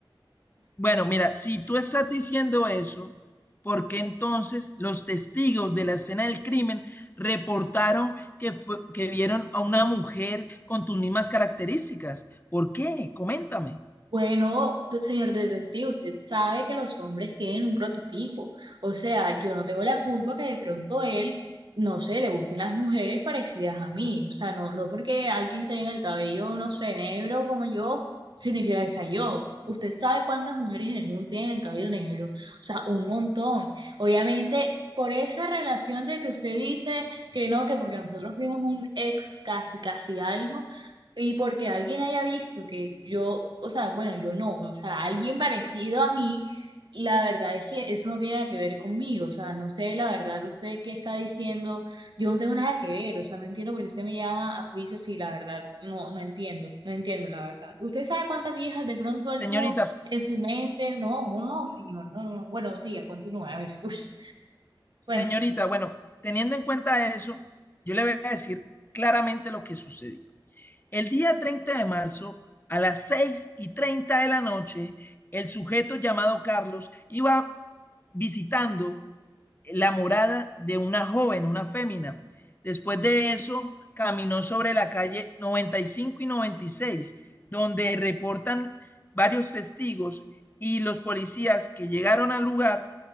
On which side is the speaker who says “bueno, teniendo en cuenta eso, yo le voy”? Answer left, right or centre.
Left